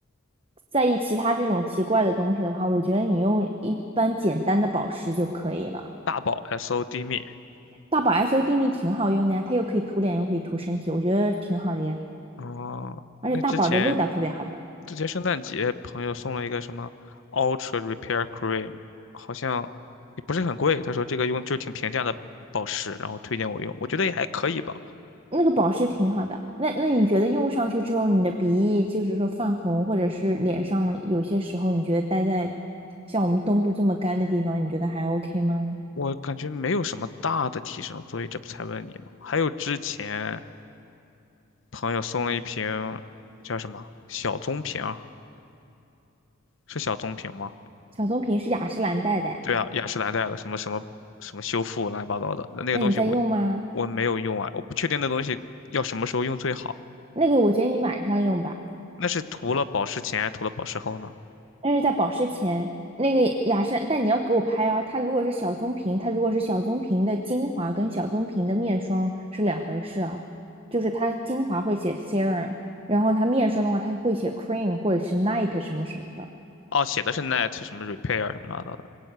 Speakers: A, on the right (about 25°); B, on the left (about 65°).
A: 在意其他这种奇怪的东西的话，我觉得你用一般简单的保湿就可以了。
B: 大宝 SOD 蜜
A: 大宝 S O D 蜜挺好用的呀，它又可以涂脸，又可以涂身体，我觉得挺好的呀。
B: 哦，
A: 而且大宝的味道特别好闻，
B: 那之前之前圣诞节朋友送了一个什么 Ultra Repair Cream，好像也不是很贵，他说这个用就挺平价的保湿，然后推荐我用，我觉得也还可以吧，
A: 那个保湿挺好的。那那你觉得用上去之后，你的鼻翼就是说泛红，或者是脸上有些时候你觉得待在像我们东部这么干的地方，你觉得还 OK 吗？
B: 我感觉没有什么大的提升，所以这不才问你嘛。还有之前朋友送了一瓶叫什么小棕瓶儿是小棕瓶吗？
A: 小棕瓶是雅诗兰黛的，
B: 对啊，雅诗兰黛的什么什么什么修复乱七八糟的那个东西我
A: 那你在用吗？
B: 我没有用啊，我不确定那东西要什么时候用最好，
A: 那个我觉得你晚上用吧。
B: 那是涂了保湿前还是涂了保湿后呢？
A: 但是在保湿前，那个雅诗兰，但你要给我拍啊。它如果是小棕瓶，它如果是小棕瓶的精华跟小棕瓶的面霜是两回事啊。就是它精华会写 serum，然后它面霜的话，它会写 cream 或者是 night 什么什么的。
B: 哦，写的是 net 什么 repair 什么乱七八糟的。